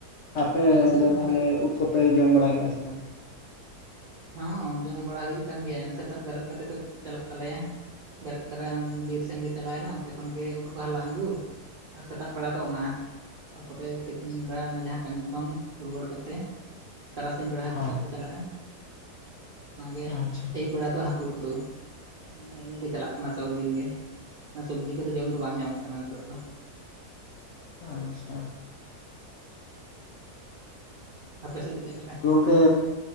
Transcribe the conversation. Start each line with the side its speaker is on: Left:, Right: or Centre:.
Left: ᱟᱯᱮ
Right: ᱟᱞᱮ ᱥᱮᱫ
Left: ᱫᱚ
Right: ᱚᱱᱠᱟ
Left: ᱛᱟᱦᱚᱞᱮ ᱩᱫ ᱠᱚᱯᱮ ᱡᱚᱢ ᱵᱟᱲᱟ ᱠᱮᱫᱼᱟ ᱥᱮ ᱵᱟᱝ?
Right: ᱦᱚᱸ ᱡᱚᱢ ᱵᱟᱲᱟ ᱦᱩᱭᱩᱜ ᱠᱟᱱ ᱜᱮᱭᱟ ᱥᱮᱛᱟᱜ ᱵᱮᱨᱮᱫ ᱠᱟᱛᱮ ᱠᱚ ᱪᱟᱞᱟᱜ ᱛᱟᱞᱮᱭᱟ ᱵᱮᱨᱮᱫ ᱛᱟᱨᱟ᱾ ᱵᱤᱨ ᱥᱮᱱ ᱜᱮ ᱪᱟᱞᱟᱣᱮᱱᱟ ᱚᱱᱛᱮ ᱠᱷᱚᱱᱜᱮ ᱩᱫ ᱠᱚ ᱦᱟᱞᱟᱝ ᱟᱹᱜᱩ ᱟᱨ ᱥᱮᱛᱟᱜ ᱵᱮᱲᱟ ᱫᱚ ᱚᱱᱟ ᱛᱟᱯᱚᱨᱮ ᱛᱤᱠᱤᱱ ᱵᱟᱲᱟ ᱚᱱᱟ ᱡᱟᱦᱟᱸ ᱠᱟᱹᱢᱤ ᱠᱷᱚᱱ ᱨᱩᱣᱟᱹᱲ ᱠᱟᱛᱮ᱾ ᱛᱟᱨᱟᱥᱤᱧ ᱵᱮᱲᱟ ᱦᱟᱹᱠᱩ
Left: ᱦᱚᱸ
Right: ᱥᱟᱵ ᱠᱚ ᱪᱟᱞᱟᱜᱼᱟᱹ ᱾ ᱚᱱᱟᱜᱮ
Left: ᱟᱪᱪᱷᱟ
Right: ᱟᱹᱭᱩᱵ ᱵᱮᱲᱟ ᱫᱚ ᱦᱟᱹᱠᱩ ᱩᱛᱩ᱾ ᱢᱮ ᱤᱱᱟᱹᱜᱮ ᱪᱟᱞᱟᱜ ᱠᱟᱱᱟ ᱥᱚᱵᱽᱫᱤᱱ ᱜᱮ ᱥᱚᱵᱡᱤ ᱠᱚᱫᱚ ᱡᱚᱢ ᱫᱚ ᱵᱟᱝ ᱧᱟᱢᱚᱜ ᱠᱟᱱᱟ ᱱᱤᱛᱚᱜ ᱫᱚ᱾
Left: ᱟᱪᱪᱷᱟ
Right: ᱟᱯᱮ ᱥᱮᱫ ᱫᱚ ᱪᱮᱫ ᱞᱮᱠᱟ?
Left: ᱠᱭ